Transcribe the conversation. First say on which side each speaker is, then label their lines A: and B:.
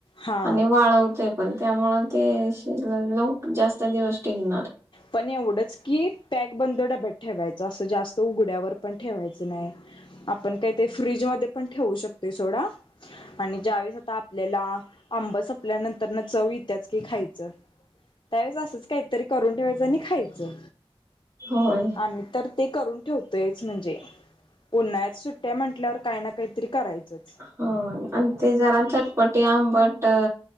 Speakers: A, on the left (about 45°); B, on the right (about 30°).
A: हा
B: आणि वाळवते पण त्यामुळे ते शिज लव जास्त दिवस टिकणार.
A: पण एवढंच की पॅक बंद डब्यात ठेवायचं असं जास्त उघड्यावर पण ठेवायचं नाय. आपण काय ते फ्रीज मध्ये पण ठेवू शकतोय सोडा आणि ज्यावेेळेस आता आपल्याला आंब सपल्यानंतर नंतर ना चव इत्याच की खाय चं त्यावेळेस असंच काहीतरी करून ठेवायचं आणि खायचं.
B: होय
A: आम्ही तर ते करून ठेवतोयच म्हणजे उन्हाळ्यात सुट्ट्या म्हंटल्यावर काय ना कायतरी करायचंच.
B: हो ते जरा चटपटी आंबट